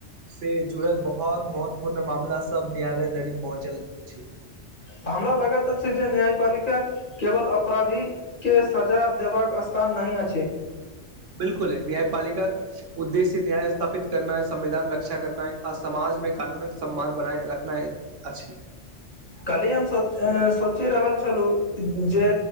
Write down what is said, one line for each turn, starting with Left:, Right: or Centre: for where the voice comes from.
Right: से जुड़ल बहुत महत्वपूर्ण मामला सब न्यायालय धरि पहुँचल छी
Left: हमरा लगात अछि जे न्यायपालिका केवल अपराधीकेँ सजा देबाक स्थान नहि अछि
Right: बिलकुल है न्यायपालिका उद्देश्य न्याय स्थापित करनाए संविधान रक्षा करना ह आ समाजमे कानूनक सम्मान बनाए रखनाई आछि
Left: कली हम सोच सोचि रहल छलहु जे